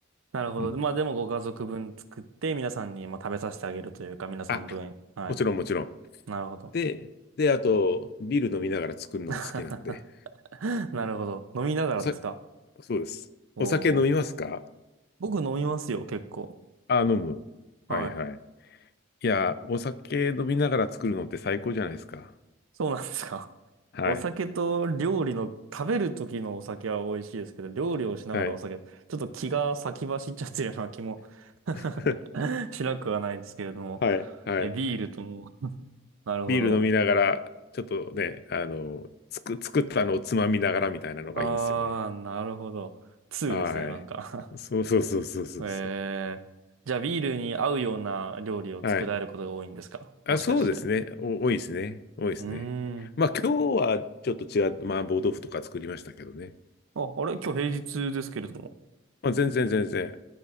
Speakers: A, on the right; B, on the left.
A: なるほど。
B: うん。
A: まあでもご家族分作って皆さんにまあ食べさせてあげるというか皆さん分。
B: あ、
A: はい。
B: もちろんもちろん。
A: なるほど。
B: で、で、あと、ビール飲みながら作るのが好きなんで。
A: <laughs> なるほど。飲みながらですか
B: おさ、そうです。
A: おー。
B: お酒飲みますか
A: 僕飲みますよ、結構。
B: あ、飲む。
A: はい。
B: はいはい。いや、お酒飲みながら作るのって最高じゃないですか。
A: そうなんですか。<laughs>
B: はい。
A: お酒と料理の、食べる時のお酒は美味しいですけど、料理をしながらお酒、
B: はい。
A: ちょっと気が先走っちゃってるような気も
B: <laughs>
A: <laughs> しなくはないですけれども。
B: はい。はい。
A: え、ビールとも。<laughs> なるほど。
B: ビール飲みながら、ちょっとね、あの、つく、作ったのをつまみながらみたいなのがいいんですよね。
A: あー、なるほど。2ですね、
B: はい。
A: なんか
B: そうそうそうそうそうそう。
A: えー、じゃあビールに合うような料理を作られることが多いんですかもしかして。
B: はい。あ、そうですね。お、多いですね。多いですね。
A: うーん。
B: まあ今日はちょっと違って、麻婆豆腐とか作りましたけどね。
A: あ、あれ今日平日ですけれども。
B: まあ全然全然。